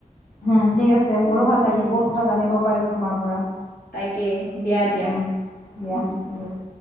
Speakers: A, on the left; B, on the left.
A: উম ঠিক আছে,
B: উম
A: মোৰো ভাল লাগিল
B: উম
A: বহুত কথা জানিব পাৰিলো তোমাৰ পৰা।
B: তাকে দিয়া দিয়া।
A: উম, দিয়া
B: উম।
A: ঠিক আছে